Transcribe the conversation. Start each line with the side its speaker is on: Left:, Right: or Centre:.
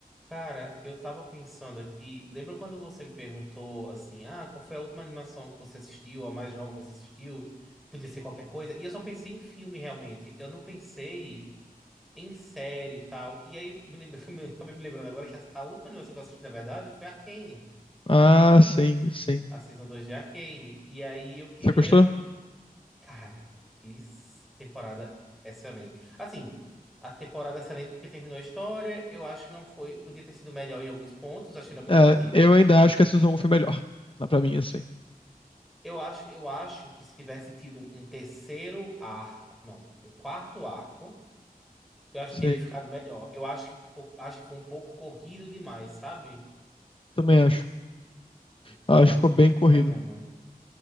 Centre: Cara, eu tava pensando aqui. Lembra quando você me perguntou assim: ah, qual foi a última animação que você assistiu, a mais nova que você assistiu? Podia ser qualquer coisa. E eu só pensei em filme, realmente. Eu não pensei em série e tal. E aí, me lembra, <laughs> me- acabei me lembrando agora que a, a última animação que eu assisti, na verdade, foi Arcane,
Left: Ah, sim, sim.
Centre: a Season 2 de Arcane. E aí eu queria.
Left: Você gostou?
Centre: Cara, que s- temporada excelente. Assim. A temporada é excelente porque terminou a história. Eu acho que não foi. Podia ter sido melhor em alguns pontos. Achei ela meio
Left: É,
Centre: corrida.
Left: eu ainda acho que a Season 1 foi melhor. Ah, Pra mim, assim.
Centre: Eu acho, eu acho que se tivesse tido um terceiro arco, não, um quarto arco, eu acho
Left: Sim,
Centre: que teria ficado melhor. Eu acho que, co- acho que foi um pouco corrido demais, sabe?
Left: também acho.
Centre: Então,
Left: Acho que ficou bem
Centre: foi um
Left: corrido.
Centre: problema.